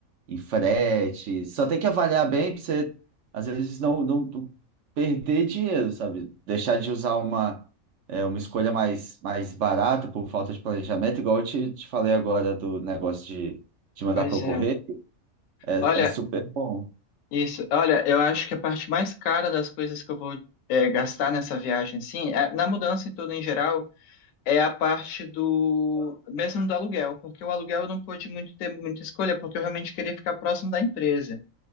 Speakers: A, on the right; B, on the left.
A: em frete. Só tem que avaliar bem pra você, às vezes, não, não, não perder dinheiro, sabe? Deixar de usar uma, é, uma escolha mais, mais barata por falta de planejamento, igual eu te, te falei agora do negócio de, de mandar
B: pois
A: para eu
B: é.
A: correr. É,
B: Olha,
A: é super bom.
B: isso. Olha, eu acho que a parte mais cara das coisas que eu vou é, gastar nessa viagem, sim, é- na mudança em todo em geral, é a parte do, mesmo do aluguel, porque o aluguel eu não pude muito ter muita escolha, porque eu realmente queria ficar próximo da empresa.